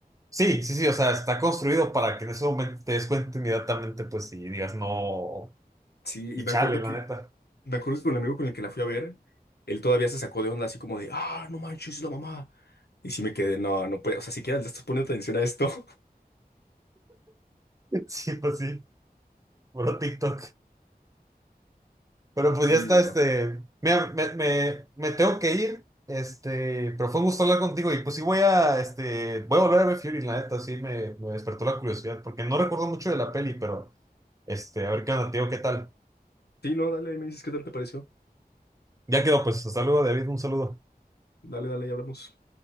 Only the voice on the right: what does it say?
Sí, sí, sí, o sea, está construido para que en ese momento te des cuenta inmediatamente, pues, y digas no,
y
chale,
la
neta. <laughs>
Sí, pues sí, puro TikTok. Pero pues
ya está,
este, mira, me, me, me tengo que ir, este, pero fue un gusto hablar contigo y pues sí voy a, este, voy a volver a ver Fury, la neta, sí me, me despertó la curiosidad, porque no recuerdo mucho de la peli, pero, este, a ver qué onda, tío, qué tal.
Ya quedó, pues, hasta luego, David, un saludo.